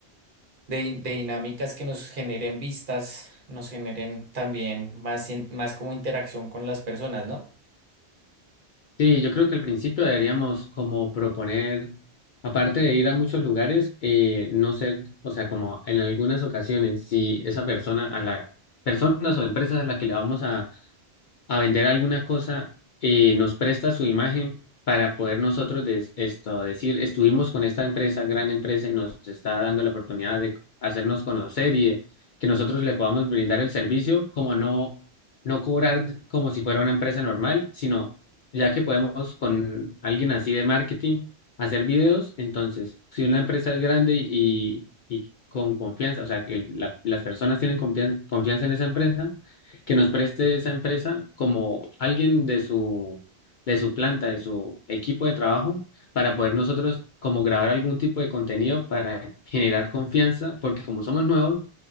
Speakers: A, on the right (about 55°); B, on the left (about 55°).
A: de, din- de dinámicas que nos generen vistas, nos generen también más, in- más como interacción con las personas, ¿no?
B: Sí, yo creo que al principio deberíamos como proponer, aparte de ir a muchos lugares, eh, no ser, o sea, como en algunas ocasiones, si esa persona a la, personas o empresas a las que le vamos a a vender alguna cosa, eh, nos presta su imagen para poder nosotros des- esto, decir, estuvimos con esta empresa, gran empresa, y nos está dando la oportunidad de hacernos conocer y de que nosotros le podamos brindar el servicio, como no, no cobrar como si fuera una empresa normal, sino ya que podemos con alguien así de marketing hacer videos, entonces, si una empresa es grande y, y con confianza, o sea, que el- la- las personas tienen confian- confianza en esa empresa, que nos preste esa empresa como alguien de su, de su planta, de su equipo de trabajo, para poder nosotros como grabar algún tipo de contenido para generar confianza, porque como somos nuevos,